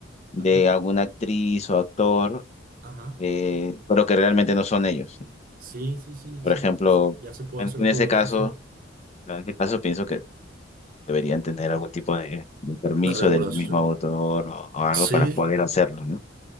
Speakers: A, on the left; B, on the right.
A: de
B: Ajá,
A: alguna actriz o actor,
B: ajá.
A: eh, pero que realmente no son ellos.
B: Sí, sí, sí,
A: Por
B: sí.
A: ejemplo,
B: Ya se puede
A: en,
B: hacer
A: en ese
B: todo
A: caso,
B: eso.
A: en ese caso pienso que deberían tener algún tipo de, de permiso
B: La regulación.
A: del mismo autor o, o algo
B: Sí,
A: para poder hacerlo, ¿no? Mm.